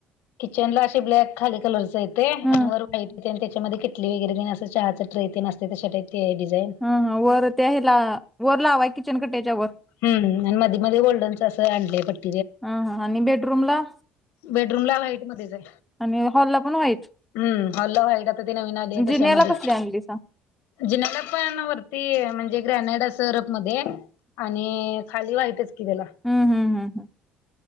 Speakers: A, on the left; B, in the centre.
A: किचन ला अशी ब्लॅक खाली कलरच येते आणि
B: हम्म
A: वर व्हाईट आणि त्याच्यामध्ये किटली वगैरे दि असं चहाचं ट्रेतीन असते त्या ते डिझईन.
B: हा हा वर त्या हेला वर लावाय किचन कट्याच्या वर
A: हम्म न म मध्ये गोल्डन असं एंटीक पट्टी.
B: ह हां आणि बेडरूम ला?
A: बेडरुम ला लाईटमध्ये येतंय.
B: आणि हॉलला पण व्हाईट
A: हम्म हाॅल लाख व्हाईट आता ती नवीन आली आहे
B: जिन्याला
A: तशामध्ये.
B: कसली आणली सांग
A: जिनाकपान वरती म्हणजे ग्रॅनेडा अंस रफ मध्ये आणि खाली व्हाईट ची तेला.
B: हम्म हम्म हम्म हम्म